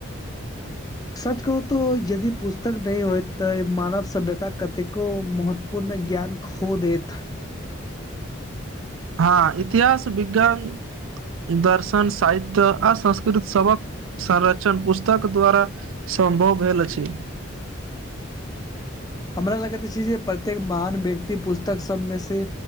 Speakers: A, on the left; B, on the right.
A: सच कहू तो यदि पुस्तक नहि होयतऽ मानव सभ्यता कतेको मोत पूर्ण ज्ञान खो देैत
B: हँ इतिहास विज्ञान दर्शन सायित्य आ संस्कृत सबक सरचन पुस्तक द्वारा सम्भव भेल अछि
A: हमरा लगैत छै जे प्रत्येक महान व्यक्ति पुस्तक सबमे से